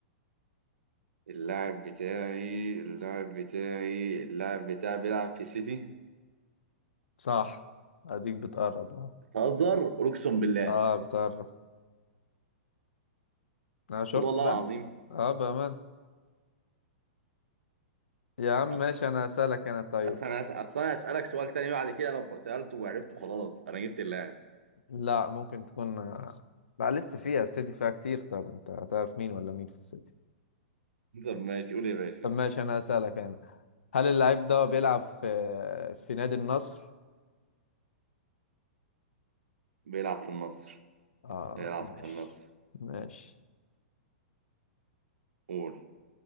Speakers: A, on the right; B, on the left.
A: اللاعب بتاعي اللاعب بتاعي اللاعب بتاعي بيلعب في السيتي
B: صح أديك بتقرب أهو
A: بتهزر اقسم بالله
B: أه بتقرب أنا شفت
A: قول والله
B: بقى
A: العظيم
B: أه بأمان يا عم ماشي
A: اصل
B: أنا هسألك أنا طيب
A: اصل انا أس- اصل انا اسالك سؤال تاني بعد كده لو سالته وعرفته خلاص انا جبت اللاعب
B: لا ممكن تكون لا لسه فيها السيتي فيها كتير طب أنت هتعرف مين ولا مين في السيتي
A: <laughs> طب ماشي قول يا باشا
B: طب ماشي أنا هسألك أنا هل اللاعب ده بيلعب في في نادي النصر؟
A: بيلعب في النصر
B: أه
A: بيلعب
B: ماشي
A: في النصر
B: ماشي
A: قول